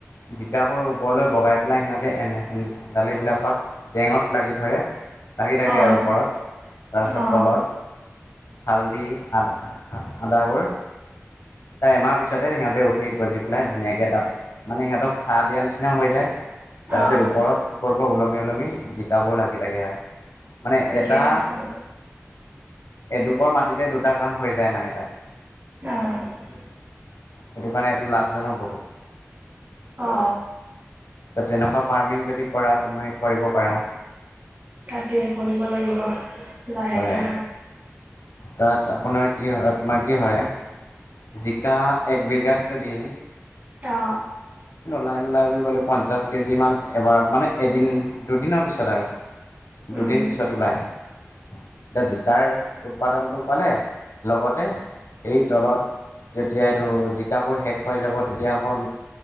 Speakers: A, on the left; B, on the right.
A: জিকাবোৰৰ ওপৰলৈ বগাই পেলাই সিহঁতে এন শেনদালি বিলাকত জেঙত লাগি ধৰে লাগি থাকে
B: অ',
A: আৰু ওপৰত তাৰপিছত
B: অ',
A: তলত হালদি আদ আদাবোৰ তাৰ এমাৰ পিছতে সিহঁতে উঠি গজি পেলাই ধুনীয়াকে তাত মানে সিহঁতক চাহ দিয়া নিচিনা হৈ যায়
B: অ',
A: তাৰপিছত ওপৰত ওপৰৰ পৰা ওলমি ওলমি জিকাবোৰ লাগি থাকে আৰু মানে
B: ঠিকে
A: এটা
B: আছে।
A: এডুখৰ মাটিতে দুটা কাম হৈ যায় মানে তাত
B: আহ
A: সেইটো কাৰণে এইটো লাভজনক বহুত
B: অ
A: ত তেনেকুৱা ফাৰ্মিং যদি কৰা তুমি কৰিব পাৰা।
B: তাকে কৰিব লাগিব লাহেকে।
A: হয় তাত আপোনাৰ কি হয় তোমাৰ কি হয় জিকা এক বিঘাত যদি
B: অ
A: <unintelligible> নোলাই বুলি ক'লে পঞ্চাছ কেজিমান এবাৰত মানে এদিন দুদিনৰ পিছত আৰু দুদিন
B: উম,
A: পিছত ওলায়। এতিয়া জিকাৰ উৎপাদনটো পালে লগতে এই তলত যেতিয়া এইটো জিকাবোৰ শেষ হৈ যাব তেতিয়া অকণ